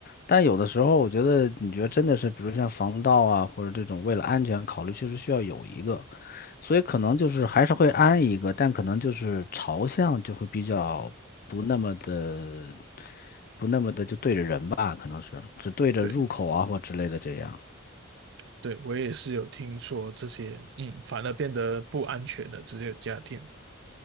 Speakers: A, on the left (about 45°); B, on the right (about 60°).
A: 但有的时候，我觉得你觉得真的是，比如像防盗啊，或者这种为了安全考虑，确实需要有一个。所以可能就是还是会安一个，但可能就是朝向就会比较不那么的不那么的就对着人吧，可能是只对着入口啊或之类的这样。
B: 对对，我也是有听说这些，嗯，反而变得不安全了，只有家电。